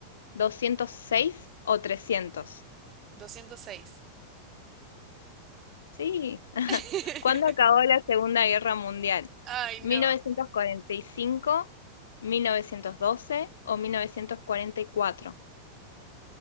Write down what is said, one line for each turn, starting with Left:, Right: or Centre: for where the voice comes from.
Left: doscientos seis o trescientos.
Right: doscientos seis
Left: Sí. <laughs>
Right: <laughs>
Left: ¿Cuándo acabó la Segunda Guerra Mundial?
Right: Ay,
Left: Mil
Right: no.
Left: mil novecientos cuarenta y cinco, mil novecientos doce o 1944.